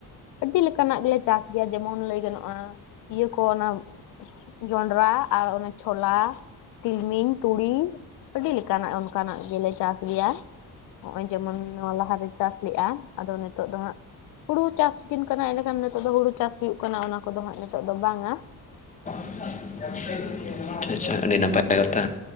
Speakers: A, on the left (about 60°); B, on the left (about 20°).
A: ᱟᱹᱰᱤ ᱞᱮᱠᱟᱱᱟᱜ ᱜᱮᱞᱮ ᱪᱟᱥ ᱜᱮᱭᱟ ᱡᱮᱢᱚᱱ ᱞᱟᱹᱭ ᱜᱟᱱᱚᱜᱼᱟ ᱤᱭᱟᱹ ᱠᱚ ᱚᱱᱟ ᱡᱚᱱᱰᱨᱟ ᱟᱨ ᱚᱱᱮ ᱪᱷᱚᱞᱟ ᱛᱤᱞᱢᱤᱧ ᱛᱩᱲᱤ ᱟᱹᱰᱤ ᱞᱮᱠᱟᱱᱟᱜ ᱚᱱᱠᱟᱱᱟᱜ ᱜᱮᱞᱮ ᱪᱟᱥ ᱜᱮᱭᱟ ᱱᱚᱜᱼᱚᱭ ᱡᱮᱢᱚᱱ ᱱᱚᱣᱟ ᱞᱟᱦᱟᱨᱮ ᱪᱟᱥ ᱞᱮᱜᱼᱟ ᱟᱫᱚ ᱱᱤᱛᱚᱜ ᱫᱚ ᱦᱟᱸᱜ ᱦᱩᱲᱩ ᱪᱟᱥᱤᱡᱤᱱ ᱠᱟᱱᱟ ᱮᱰᱮᱠᱷᱟᱱ ᱱᱤᱛᱚᱜ ᱫᱚ ᱦᱩᱲᱩ ᱪᱟᱥ ᱦᱩᱭᱩᱜ ᱠᱟᱱᱟ ᱚᱱᱟ ᱠᱚᱫᱚ ᱦᱟᱸᱜ ᱱᱤᱛᱚᱜ ᱫᱚ ᱵᱟᱝ-ᱟ
B: <unintelligible> ᱟᱪᱪᱷᱟ ᱟᱹᱰᱤ ᱱᱟᱯᱟᱭ <inaudible> ᱠᱟᱛᱟ